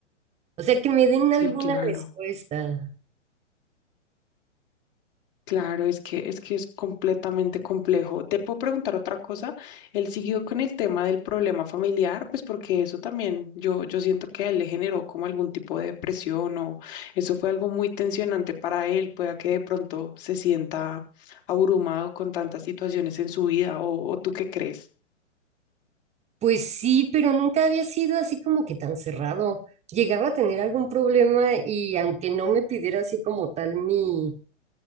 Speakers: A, on the right; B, on the left.
A: O sea, que me den
B: sí,
A: alguna
B: claro.
A: respuesta.
B: Claro, es que es que es completamente complejo. Te puedo preguntar otra cosa. Él siguió con el tema del problema familiar, pues porque eso también yo yo siento que a él le generó como algún tipo de depresión o eso fue algo muy tensionante para él, pueda que de pronto se sienta abrumado con tantas situaciones en su vida o, o tú qué crees.
A: Pues sí, pero nunca había sido así como que tan cerrado. Llegaba a tener algún problema y aunque no me pidiera así como tal mi,